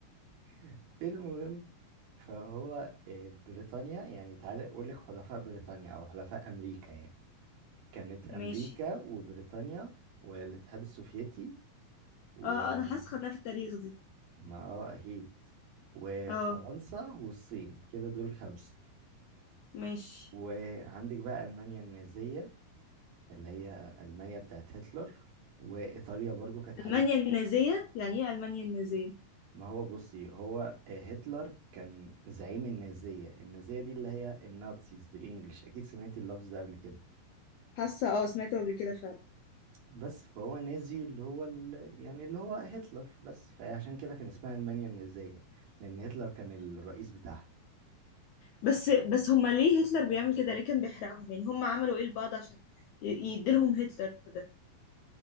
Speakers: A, on the right (about 70°); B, on the left (about 75°).
A: <laughs> المهم فهو آه، بريطانيا يعني تعالى اقول لك حلفاء بريطانيا او حلفاء امريكا يعني كانت امريكا
B: ماشي
A: وبريطانيا والاتحاد السوفيتي وما
B: اه آه، انا حاسه خدناها في التاريخ دي
A: اه اكيد وفرنسا
B: اه
A: والصين كده دول خمسة
B: ماشي
A: وعندك بقى المانيا النازية اللي هي المانيا بتاعت هتلر وايطاليا برضو كانت حليف
B: المانيا النازيه يعني ايه المانيا النازيه
A: ما هو بصي هو آه، هتلر كان زعيم النازية النازية دي اللي هي النازيز بالإنجلش أكيد سمعتي اللفظ ده قبل كده
B: حاسه اه سمعته قبل كده فعلا
A: بس فهو نازي اللي هو ال... يعني اللي هو هتلر بس فعشان كده كان اسمها ألمانيا النازية لأن هتلر كان الرئيس بتاعها
B: بس بس هما ليه هتلر بيعمل كده ليه كان بيحرقهم يعني هما عملوا ايه لبعض عشان ي- يديلهم هتلر ده